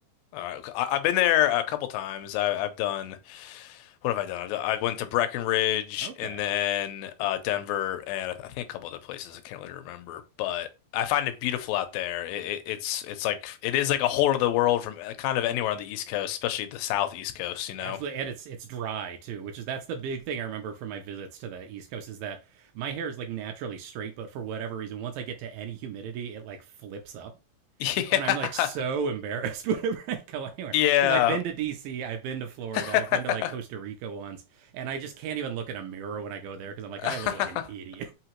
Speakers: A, on the left; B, on the right.
A: All right. okay. I, I've been there a couple times. I, I've done. what have I done? I've done- I went to Breckenridge
B: Okay,
A: and then uh, Denver and I I think a couple other places. I can't really remember, but I find it beautiful out there. It, it, it's it's like it is like a whole other world from uh, kind of anywhere on the East Coast, especially the Southeast Coast, you know?
B: absolutely, and it's it's dry too, which is that's the big thing I remember from my visits to the East Coast is that my hair is like naturally straight, but for whatever reason, once I get to any humidity, it like flips up.
A: <laughs>
B: And I'm like so <laughs> embarrassed whenever I go anywhere
A: Yeah,
B: because I've been to DC, I've been to Florida, I've
A: yeah.
B: been to like Costa Rica once, and I just can't even look in a mirror when I go there because I'm like, I
A: <laughs>
B: look like an idiot.